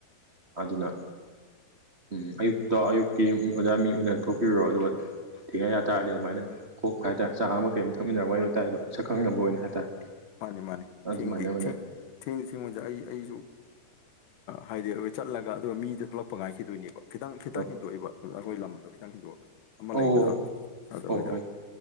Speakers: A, on the right; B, on the left.
A: ꯑꯗꯨꯅ ꯎꯝ ꯑꯌꯨꯛꯇꯣ ꯑꯌꯨꯛꯀꯤ ꯑꯣꯖꯥ ꯃꯤ ꯎꯅ ꯊꯣꯛꯄꯤꯔꯨꯔꯣ ꯑꯗꯨꯒ ꯊꯦꯡꯅ ꯌꯥꯇꯥꯥꯔꯗꯤ ꯑꯗꯨꯃꯥꯏꯅ꯫ ꯀꯣꯛ ꯍꯥꯏꯇꯥꯔꯦ ꯆꯥ ꯑꯃ ꯀꯩ ꯑꯃ ꯊꯛꯃꯤꯟꯅꯔ ꯋꯥꯔꯤ ꯋꯥꯇꯥꯏꯗꯣ ꯁꯛꯈꯪꯅꯕ ꯑꯣꯏꯅ ꯍꯥꯏꯇꯥꯔꯦ꯫
B: ꯃꯥꯅꯤ ꯃꯥꯅꯤ
A: ꯑꯗꯨꯃꯥꯏꯅ
B: ꯊꯦꯡꯗꯤ
A: ꯑꯣꯏꯅ
B: ꯊꯦꯡ ꯊꯦꯡꯗꯤ ꯊꯦꯡꯉꯣꯏꯗ ꯑꯩ ꯑꯩꯁꯨ ꯍꯥꯏꯗꯤ ꯆꯠꯂꯒ ꯑꯗꯨꯒ ꯃꯤꯗꯨ ꯊꯣꯛꯂꯛꯄ ꯉꯥꯏꯈꯤꯗꯣꯏꯅꯦ꯫ ꯈꯤꯇꯪ ꯈꯤꯇꯪ
A: ꯍꯣꯏ
B: ꯍꯦꯟꯗꯣꯛꯏꯕ ꯑꯩꯈꯣꯏ ꯂꯝꯗꯣ ꯈꯤꯇꯪ ꯍꯦꯟꯗꯣꯛꯑꯒ ꯑꯃ
A: ꯑꯣ
B: ꯂꯩꯕꯗꯣ ꯑꯗꯨ꯫ ꯑꯗ ꯑꯣꯏꯗꯣꯏꯕ꯫
A: ꯑꯣ ꯍꯣꯏ ꯍꯣꯏ